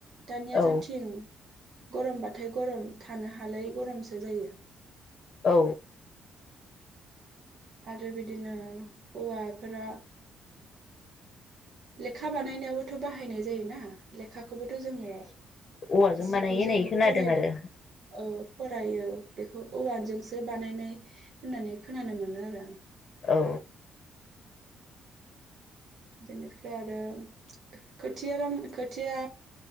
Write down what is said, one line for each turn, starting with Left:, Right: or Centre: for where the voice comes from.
Right: दानियाथ
Left: औ
Right: थिं। गरमबाथाय गरम थानो हालायै गरमसो जायो।
Left: औ।
Right: आरो बिदिनो औवाफोरा लेखा बानायनायावबोथ बाहायनाय जायोना लेखाखो खौबोथ जोङो
Left: औवाजों
Right: जिखौ
Left: बानायो होननाय
Right: जोङो
Left: खोनादों
Right: फरायना
Left: आरो
Right: ओ फरायो बेखौ औवानजोंसो बानायनाय होननानै खोनानो मोनो आरो
Left: औ
Right: बेनिफ्राय आरो खोथिया रान खोथिया